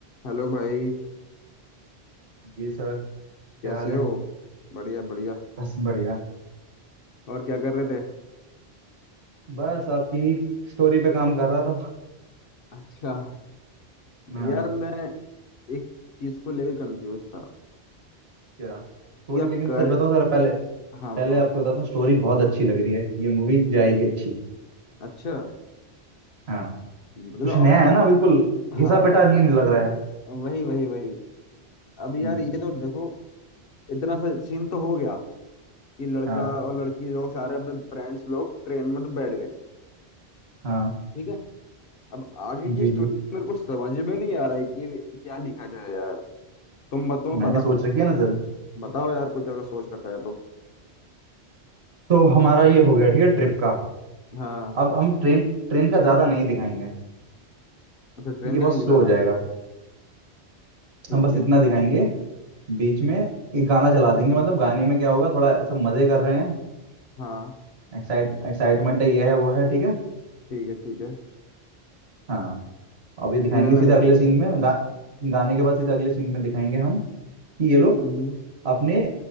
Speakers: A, on the left; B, on the right.
A: Hello भाई
B: जी sir क्या
A: कैसे
B: हाल है
A: हो बढ़िया बढ़िया
B: बस बढ़िया
A: और क्या कर रहे थे
B: बस आपकी ही स्टोरी पे काम कर रहा था
A: अच्छा
B: हाँ
A: यार मैं एक चीज को लेकर कंफ्यूज था
B: क्या स्टोरी
A: कि अब
B: लेकिन
A: कर
B: सच बताऊं सर पहले
A: हाँ
B: पहले
A: बताओ
B: आपको बताता हूँ स्टोरी बहुत अच्छी लग रही है ये मूवी जाएगी अच्छी
A: अच्छा
B: हाँ
A: मतलब
B: कुछ नया
A: अब
B: है
A: तक
B: ना बिल्कुल
A: हाँ
B: घिसा पिटा नहीं लग रहा है
A: वही वही वही अब यार
B: हम्म
A: ये तो देखो इतना सा सीन तो हो गया कि लड़का
B: हाँ
A: और लड़की लोग सारे अपने फ्रेंड्स लोग ट्रेन में तो बैठ गए
B: हाँ
A: ठीक है अब आगे
B: जी
A: की स्टोरी
B: जी
A: मेरे को समझ में नहीं आ रहा है कि क्या लिखा जाए यार तुम तुम्हें
B: मैंने
A: पता
B: सोच रखी है ना सर
A: बताओ यार कुछ अगर सोच रखा है तो
B: तो हमारा ये हो गया ठीक है ट्रिप का
A: हाँ
B: अब हम ट्रेन ट्रेन का ज्यादा नहीं दिखाएंगे
A: अच्छा ट्रेन
B: ये
A: का
B: बहुत
A: नहीं दिखाना
B: स्लो हो जाएगा
A: ठीक
B: हम बस
A: है
B: इतना दिखाएंगे बीच में एक गाना चला देंगे मतलब गाने में क्या होगा थोड़ा ऐसा मजे कर रहे हैं
A: हाँ
B: एक्साइट एक्साइटमेंट है ये है वो है ठीक है
A: ठीक है ठीक है
B: हाँ अब ये दिखाएंगे
A: इधर ना
B: सीधे
A: कर
B: अगले
A: लेंगे
B: सीन में गा, गाने के बाद सीधे अगले सीन में दिखाएंगे हम कि ये लोग
A: हम्म
B: अपने